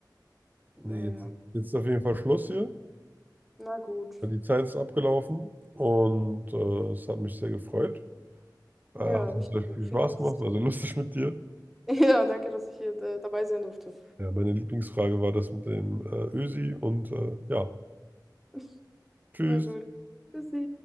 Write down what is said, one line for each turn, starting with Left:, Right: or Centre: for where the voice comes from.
Centre: Naja,
Right: Nee, jetzt, jetzt ist auf jeden Fall Schluss hier.
Centre: na gut.
Right: Ja, Die Zeit ist abgelaufen und äh, es hat mich sehr gefreut. Äh,
Centre: Ja,
Right: hat
Centre: mich
Right: uns sehr viel
Centre: auch. Vielen
Right: Spaß
Centre: Dank,
Right: gemacht,
Centre: dass ich...
Right: war sehr lustig mit dir.
Centre: <laughs> Ja, danke, dass ich hier äh, dabei sein durfte.
Right: Ja, meine Lieblingsfrage war das mit dem äh, Ösi und äh, ja,
Centre: <laughs>
Right: tschüss.
Centre: Na gut. Tschüssi.